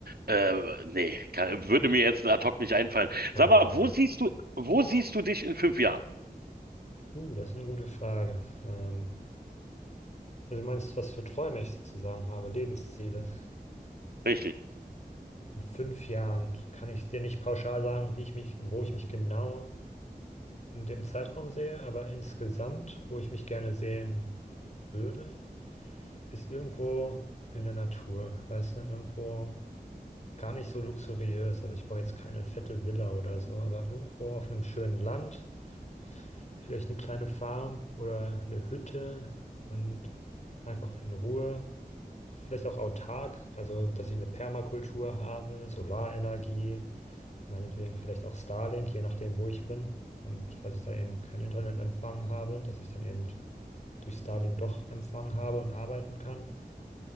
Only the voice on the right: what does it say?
äh, nee, kann, würde mir jetzt ad hoc nicht einfallen.
Sag mal,
wo siehst du, wo siehst du dich in fünf Jahren?
Richtig.